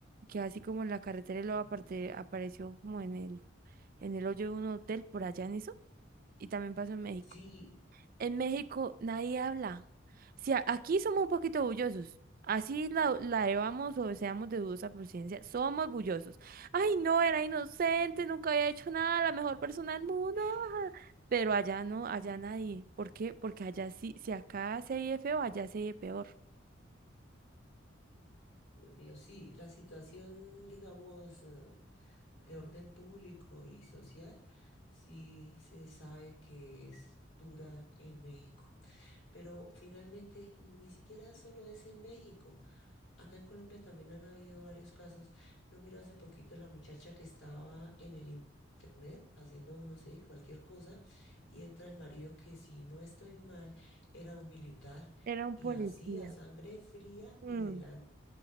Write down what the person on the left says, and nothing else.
Sí.
<laughs>
Dios mío, sí, la situación, digamos, eh, de orden público y social, sí se sabe que es dura en México. Pero finalmente, ni siquiera solo es en México. Acá en Colombia también han habido varios casos. No miro hace poquito la muchacha que estaba en el in- internet haciendo, no sé, cualquier cosa, y entra el marido que, si no estoy mal, era un militar.
Y
así a sangre fría
y delante